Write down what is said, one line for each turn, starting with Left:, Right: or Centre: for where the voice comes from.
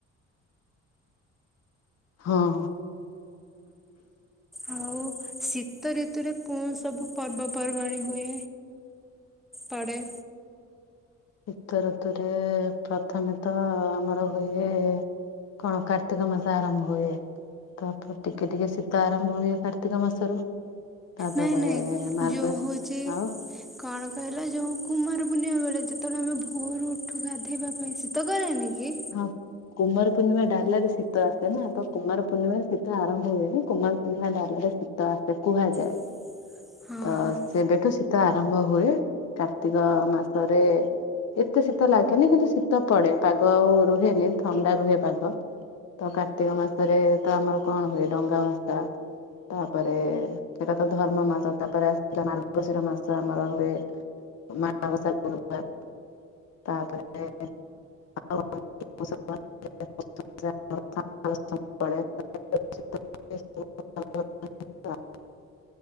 Left: ହଁ
Centre: ହଉ ଶୀତ ଋତୁରେ କଣ ସବୁ ପର୍ବପର୍ବାଣି ହୁଏ? ପାଡ଼େ।
Left: ଶୀତ ଋତୁରେ ପ୍ରଥମେ ତ ଆମର ହୁଏ - କଣ କାର୍ତ୍ତିକ ମାସ ଆରମ୍ଭ ହୁଏ, ତାପରେ ଟିକେ ଟିକେ ଶୀତ ଆରମ୍ଭ ହୁଏ କାର୍ତ୍ତିକ ମାସରୁ, ତାପରେ
Centre: ନାଇଁ ନାଇଁ
Left: ମାର୍ଗଶୀ
Centre: ଯୋଉ ହଉଛି
Left: ଆଉ
Centre: କଣ କହିଲ ଯୋଉ କୁମାର ପୂର୍ଣ୍ଣମା ବେଳେ ଯେତେବେଳେ ଆମେ ଭୋରୁ ଉଠୁ ଗାଧେଇବା ପାଇଁ ଶୀତ କରେନି କି?
Left: ହଁ କୁମାର ପୂର୍ଣ୍ଣିମା ଡାଲାରେ ଶୀତ ଆସେ ନା ତ କୁମାର ପୂର୍ଣିମାରେ ଶୀତ ଆରମ୍ଭ ହୁଏନି, କୁମାର ପର୍ଣିମା ଡାଲାରେ ଶୀ ତ ଆସେ କୁହାଯାଏ।
Centre: <inaudible> ହଁ
Left: ତ
Centre: ହଁ
Left: ସେବେଠୁ ଶୀତ ଆରମ୍ଭ ହୁଏ, କାର୍ତ୍ତିକ ମାସରେ ଏତେ ଶୀତ ଲାଗେନି କିନ୍ତୁ ଶୀତ ପଡେ, ପାଗ ଆଉ ରୁହେନି ଥଣ୍ଡା ରୁହେ ପାଗ। ତ କାର୍ତ୍ତିକ ମାସରେ ତ ଆମର କଣ ହୁଏ? ଡଙ୍ଗା ଭଷା। ତାପରେ ସେଟା ତ ଧର୍ମ ମାସ ତାପରେ ଶିଥିଲା ମାର ମାର୍ଗଶିର ମାସ ଆମର ହୁଏ। ମାନ ବସା ଗୁରୁବାର, ତାପରେ <unintelligible> <unintelligible>